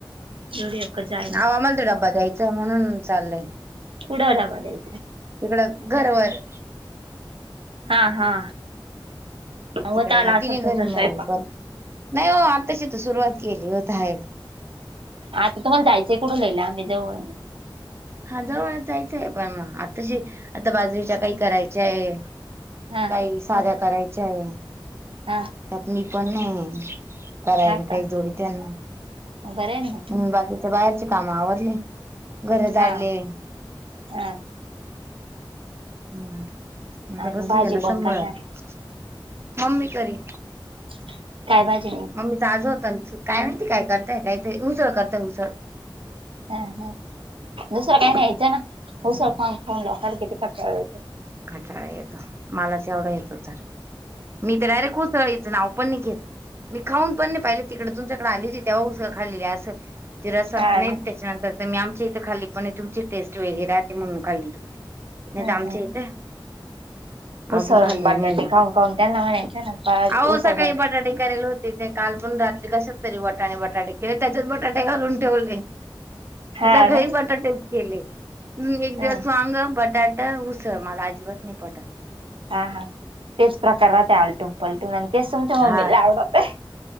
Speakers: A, on the right (about 85°); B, on the right (about 30°).
A: जडीक जा
B: आवा आम्हाला त ड्बा द्यायचा म्हणून चालय
A: कुड आरामदये
B: तिकडं घरवर
A: हा हा होत
B: तिकडं
A: आला
B: मग
A: असेल
B: तिने घरी
A: तुमचा
B: म
A: स्वयंपाक
B: करत नाही हो आताशी तर सुरुवात केली होताहे
A: आता तुम्हाला जायच कुठून लहिलं आम्ही जवळ ये
B: हा जवळ जायचं आहे पण मग आ तशी आता बाजरीच्या काही करायच्या आहे
A: हा
B: काही साध्या करायच्या आहे
A: हा
B: त्यात मी पण नाही करायला
A: हा का
B: काही जोडीतना
A: बरं आहे ना
B: बाकीच्या बाहेरचे काम आवरले घर जाडी
A: हा हा
B: हम् मता
A: आणि
B: बसली
A: भाजी
B: याला संभाळत
A: कोण करणार
B: मम्मी करी.
A: ह <unintelligible> काय बाजे
B: मम्मीच आज होत काय माहिती काय करतय काही उसळ करतय उसळ
A: हा हा दुसरं काही न्यायचं ना उसा खाऊन लोकांला किती कटाळ येत
B: कटाळा येतो मलाच एवढा येतो तर मी तर डायरेक्ट हो. च नाव पण नाही घेत मी खाऊन पण नाही पाहिले. तिकडे तुमच्याकडे आली होती तेव्हा हुसळ खाल्लेली असंल ते रसत
A: हा
B: नाही
A: ना
B: त्याच्यानंतर तर मी आमच्या इथे खाल्ली. तुमची टेस्ट वगळी म्हणून खालेली होती. नाही
A: हा
B: तर आमच्या
A: हा.
B: इथे अजून
A: उसळ
B: खाल्ली
A: बटाटे
B: नाही मी.
A: खाऊन खाऊन त्यांना म्हणायचे ना
B: अहो
A: उसळ
B: सकाळी
A: बटाटे.
B: करेल हो. तिथे काल पण रात्री कशात तरी वटाणे बटाटे किवा त्याच्यात बटाटे घालून ठेवले.
A: हा
B: असा घरी
A: ना
B: बटाटे केले एक दिवस
A: हा
B: वांग बटाट उसळ मला अजिबात नाही पटत.
A: हा हा तेच प्रकार राहते आलटून पलटून आणि तेच तुमच्या
B: हा
A: मम्मीला आवडत आहे.